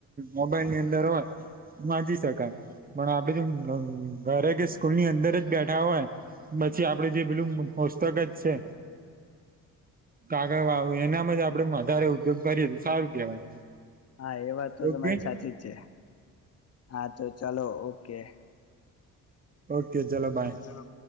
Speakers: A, on the right; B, on the left.
A: મોબાઈલ ની અંદર હોય. વાંચી શકાય પણ આપડે જો ધન ઘરે કે સ્કૂલની અંદર જ બેઠા હોય. પછી આપડે જે પેલું મસ્તક જ છે. કાગળ વાવું એનામાં જ આપડે વધારે ઉપયોગ કરીએ સારું કેવાય.
B: હા એ વાત તો
A: ઓકે
B: તમારી સાચી જ છે હા તો ચાલો ઓકે.
A: ઓકે ચલો બાય.
B: ચાલલો.